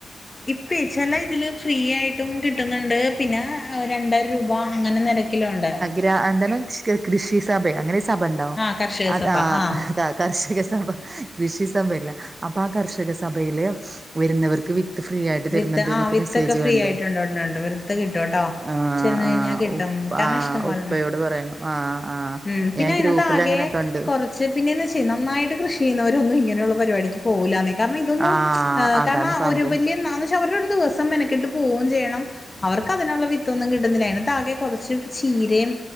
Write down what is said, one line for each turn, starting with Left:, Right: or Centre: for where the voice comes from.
Left: ഇപ്പം ചെല ഇതില് ഫ്രീ ആയിട്ടും കിട്ടുന്നുണ്ട് പിന്നെ രണ്ടായിരം രൂപ അങ്ങനെ നിരക്കില് ഉണ്ട്.
Right: എന്തായാലും കൃഷി സഭ അങ്ങനെ സഭ ഉണ്ടാവും
Left: ആ കർഷക
Right: അത്
Left: സഭ ആ
Right: കർഷക സഭ കൃഷി സഭയല്ല അപ്പൊ ആ കർഷക സഭയില് വരുന്നവർക്ക് വിത്ത് ഫ്രീ ആയിട്ട്
Left: വിത്ത്
Right: തരുന്നുണ്ട്
Left: ആ
Right: എന്നൊക്കെ
Left: വിത്ത്
Right: മെസ്സേജ്
Left: ഒക്കെ ഫ്രീ
Right: കണ്ട്
Left: ആയിട്ട്ഉണ്ടാവും. കിട്ടുംട്ടോ
Right: ആഹ്
Left: ചെന്ന് കഴിഞ്ഞാൽ
Right: ആഹ്
Left: കിട്ടും
Right: ഉപ്പ
Left: കാരണം
Right: ആഹ്
Left: ഇഷ്ടം പോലെ
Right: ഉപ്പയോട് പറയണം ആഹ് ആഹ്
Left: ഉം പിന്നെ
Right: ഞാൻ
Left: അതിനകത്ത്
Right: ഗ്രൂപ്പിൽ
Left: ആകെ
Right: അങ്ങനെ കണ്ട്
Left: കുറച്ച് പിന്നെ എന്ന് വെച്ചാ നന്നായിട്ട് കൃഷി ചെയ്യുന്നവരൊന്നും ഇങ്ങനെയുള്ള പരിപാടിക്ക പോകുല്ലിന്നേ കാരണം ഇതൊന്നും
Right: ആഹ് അതാണ്
Left: കാരണം
Right: സംഭവം
Left: ന്ന് വെച്ച അവടെ ദിവസം മെനക്കിട്ട് പോവുകയും ചെയ്യണം അവർക്ക് അതിനുള്ള വിത്തൊന്നും കിട്ടുന്നില്ല അതിനകത്താകെ കുറച്ച് ചീരയും